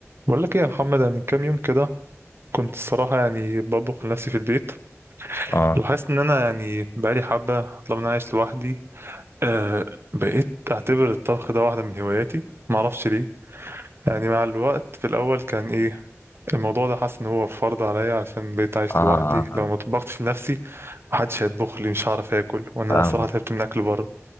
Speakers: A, on the right (about 50°); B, on the left (about 50°).
A: بقول لك ايه يا محمد انا من كام يوم كده كنت الصراحه يعني بطبخ لنفسي في البيت
B: اه
A: ولاحظت ان انا يعني بقالي حبه طالما انا عايش لوحدي آه بقيت اعتبر الطبخ ده واحده من هواياتي ما اعرفش ليه يعني مع الوقت في الاول كان ايه الموضوع ده حاسس ان هو فرض عليا عشان بقيت عايش
B: اه آه،
A: لوحدي
B: فاهم
A: لو ما طبختش لنفسي محدش هيطبخ لي مش هعرف اكل وانا
B: فاهمك
A: صراحه تعبت من اكل بره